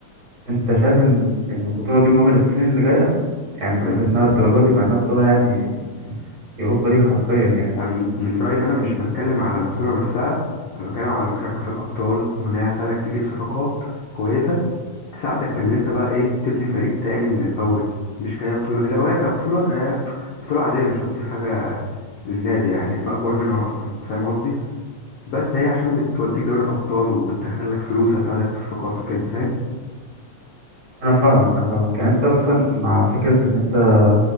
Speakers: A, on the right; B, on the left.
A: انت شايف ان ان البطولة دي مهمة للسنين اللي جاية يعني أنت
B: أنا
A: شايف
B: من...
A: انها الدرجة دي مع انها بطولة يعني يوروبا ليج حرفيا يعني
B: أنا من من رايي ان انا مش بتكلم على البطوله نفسها انا بتكلم على المشاركه في الابطال وان هي هتساعدك تجيب صفقات كويسه تساعدك في ان انت بقى ايه تبني فريق تاني من الاول مش كهي بطوله لو هي كبطوله كهي بطوله عاديه مش هتضيف حاجه للنادي يعني احنا اكبر منها اصلا أنت فاهم قصدي بس هي عشان بتوديك دوري الابطال وبتدخل لك فلوس هتساعدك في الصفقات وكده فاهم
A: انا فاهمك انا فاهمك يعني انت مثلا مع فكرة ان انت